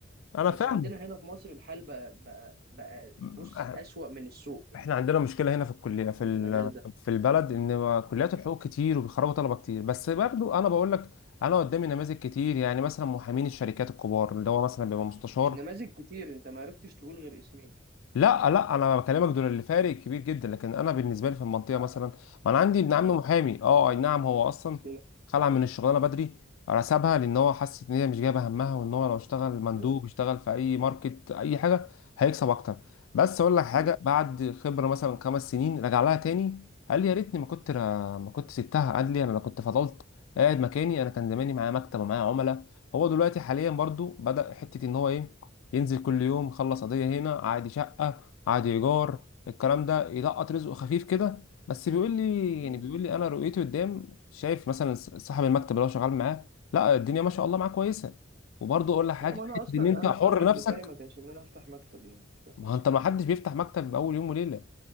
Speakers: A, on the left; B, on the right.
A: انا
B: بس
A: فاهم
B: عندنا هنا في مصر الحال بقى بقى بقى
A: م-
B: بص اسوأ من السوق يعني
A: احنا عندنا مشكله هنا في الكليه في
B: في
A: ال-
B: المجال ده
A: في البلد ان كليات الحقوق كتير وبيخرجوا طلبه كتير بس برضو انا بقول لك انا قدامي نماذج كتير يعني مثلا محامين الشركات الكبار اللي هو مثلا بيبقى مستشار
B: مش نماذج كتير انت ما عرفتش تقول غير اسمين
A: لا لا انا بكلمك دول اللي فارق كبير جدا لكن انا بالنسبه لي في المنطقه مثلا ما انا عندي ابن عمي
B: مم.
A: محامي اه اي نعم هو اصلا
B: اوكي
A: خلع من الشغلانه بدري سابها لان هو حس ان هي مش جايبه همها وان هو لو اشتغل مندوب
B: مم.
A: اشتغل في اي ماركت اي حاجه هيكسب اكتر بس اقول لك حاجه
B: مم.
A: بعد خبره مثلا خمس سنين رجع لها تاني قال لي يا ريتني ما كنت را- ما كنت سبتها قال لي انا لو كنت فضلت قاعد مكاني انا كان زماني معايا مكتب ومعايا عملاء هو دلوقتي حاليا برضو بدأ حته ان هو ايه ينزل كل يوم يخلص قضية هنا عادي شقة عادي إيجار الكلام ده يلقط رزقه خفيف كده بس بيقول لي
B: مم.
A: يعني بيقول لي أنا رؤيتي قدام شايف مثلا صاحب المكتب اللي هو شغال معاه لا الدنيا ما شاء الله معاه كويسة وبرضه أقول لك حاجة
B: لا ما انا
A: حتة
B: اصلا
A: إن أنت
B: انا
A: حر
B: التارجت
A: نفسك
B: بتاعي ما كانش ان انا افتح مكتب يعني اصلا
A: ما هو أنت ما حدش بيفتح مكتب بأول يوم وليلة